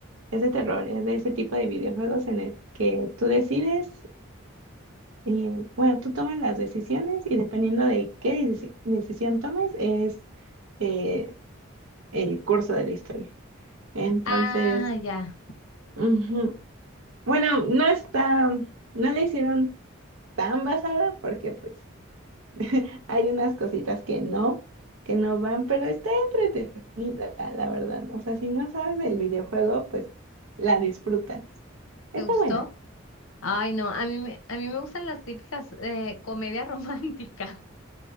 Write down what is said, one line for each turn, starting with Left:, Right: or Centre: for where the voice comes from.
Right: es de terror, es de ese tipo de videojuegos en el que tú decides, eh, bueno, tú tomas las decisiones y dependiendo de qué deci- decisión tomes es eh, el curso de la historia. Entonces...
Left: Ah, ya.
Right: ujú. Bueno, no está, no le hicieron tan basada porque pues <laughs> hay unas cositas que no, que no van, pero está entretenida, la verdad. O sea, si no sabes del videojuego, pues la disfrutas. Está
Left: ¿Te gustó?
Right: buena.
Left: Ay, no, a mí, me- a mí me gustan las típicas eh, comedias románticas.